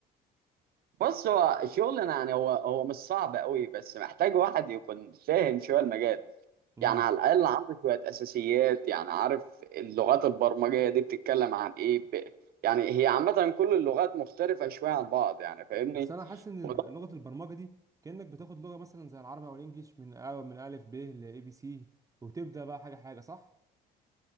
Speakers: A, on the right; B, on the right.
A: بص هو الشغل يعني هو هو مش صعب قوي بس محتاج واحد يكون فاهم شويه المجال
B: امم
A: يعني على الاقل عنده شويه اساسيات يعني عارف اللغات البرمجيه دي بتتكلم عن ايه ب... يعني هي عامه كل اللغات مختلفه شويه عن بعض يعني فاهمني
B: بس انا حاسس ان
A: وط-
B: لغه البرمجه دي كانك بتاخد لغه مثلا زي العربي او الانجليش من أ- من الف ب لاي بي سي وتبدا بقى حاجه حاجه صح